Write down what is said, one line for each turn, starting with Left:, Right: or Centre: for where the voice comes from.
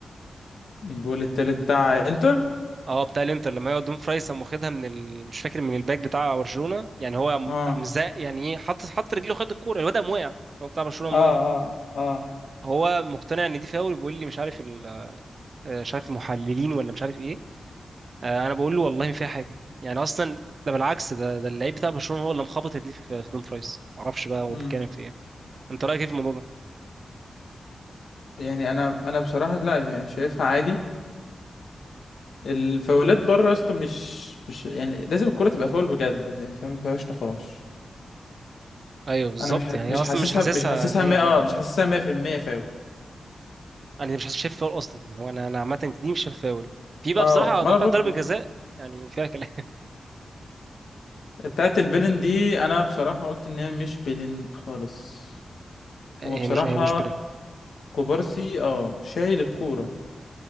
Left: الجول التالت بتاع انتر
Right: اه بتاع الانتر لما هو دون فراي قام واخدها من ال... مش فاكر من الباك بتاع برشلونه يعني هو قام
Left: اه
Right: قام زق يعني ايه حط حط رجله خد الكوره الواد قام وقع هو بتاع برشلونه قام
Left: اه اه
Right: وقع
Left: اه
Right: هو مقتنع ان دي فاول بيقول لي مش عارف ال... آه، مش عارف المحللين ولا مش عارف ايه آه، انا بقول له والله ما فيها حاجه يعني اصلا ده بالعكس ده ده اللعيب بتاع برشلونه هو اللي مخبط رجليه في في دون فرايس معرفش بقى هو
Left: امم
Right: بيتكلم في ايه انت رايك ايه في الموضوع ده
Left: يعني انا انا بصراحه لا يعني شايفها عادي الفاولات بره يا اسطى مش مش يعني لازم الكره تبقى فاول بجد يعني فاهم ما فيهاش نقاش
Right: ايوه بالظبط
Left: انا مش ح...
Right: يعني
Left: مش
Right: هي اصلا
Left: حاسسها
Right: مش حاسسها
Left: مش حاسسها
Right: ان هي
Left: 100
Right: حاجه
Left: اه مش حاسسها 100% فاول
Right: انا مش حاسس- شايف فاول اصلا يعني هو انا انا عامه دي مش شايف فاول في بقى
Left: اه
Right: بصراحه
Left: ما
Right: ده
Left: انا
Right: بتاع
Left: برضو
Right: ضربه جزاء يعني فيها كلام
Left: بتاعت البلن دي انا بصراحة قلت ان هي مش بلن خالص
Right: هي
Left: هو بصراحة
Right: مش هي مش بلاك
Left: كوبارسي اه شايل الكورة